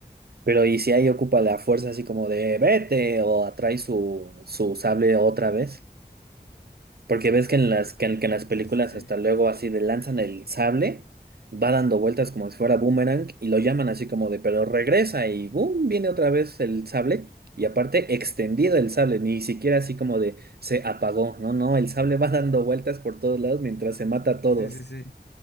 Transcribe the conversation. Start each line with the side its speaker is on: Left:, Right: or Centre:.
Right: Pero ¿y si ahí ocupa la fuerza así como de vete o atrae su, su sable otra vez? Porque ves
Left: Ah,
Right: que en las, que en, que en las películas
Left: sí, sí, sí,
Right: hasta luego así de lanzan el sable, va dando vueltas como si fuera boomerang y lo llaman así como de, pero regresa y boom, viene otra vez el sable y aparte extendido el sable, ni siquiera así como de se apagó, no, no, el sable va dando vueltas por todos lados mientras se mata a todos.
Left: sí, sí, sí.